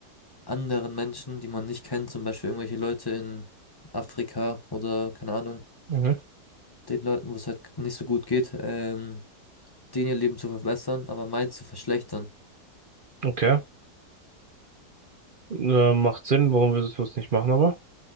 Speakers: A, on the left (about 20°); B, on the right (about 40°).
A: anderen Menschen, die man nicht kennt, zum Beispiel irgendwelche Leute in Afrika oder keine Ahnung,
B: mhm,
A: den Leuten, wo es halt nicht so gut geht, ähm, denen ihr Leben zu verbessern, aber meins zu verschlechtern.
B: okay. Äh, macht Sinn, warum würdest du es nicht machen, aber